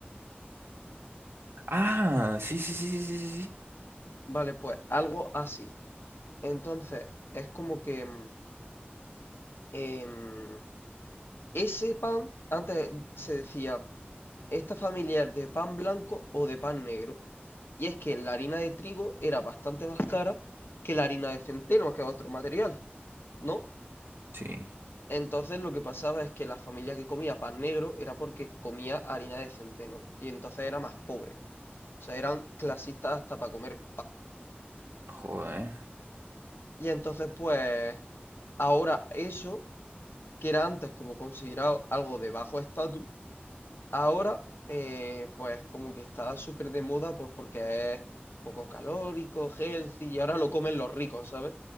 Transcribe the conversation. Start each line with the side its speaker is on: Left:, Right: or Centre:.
Right: Ah, sí, sí, sí, sí, sí, sí.
Left: Vale, pues algo así. Entonces, es como que mm, em, ese pan, antes se decía, esta familia es de pan blanco o de pan negro. Y es que la harina de trigo era bastante más cara que la harina de centeno, que es otro material, ¿no?
Right: Sí, Sí,
Left: Entonces lo que pasaba es que la familia que comía pan negro era porque comía harina de centeno y entonces era más pobre. O sea, eran clasistas hasta para comer.
Right: joder.
Left: Y entonces pues ahora eso, que era antes como considerado algo de bajo estatus, ahora eh, pues como que está súper de moda pues porque es poco calórico, healthy y ahora lo comen los ricos, ¿sabes?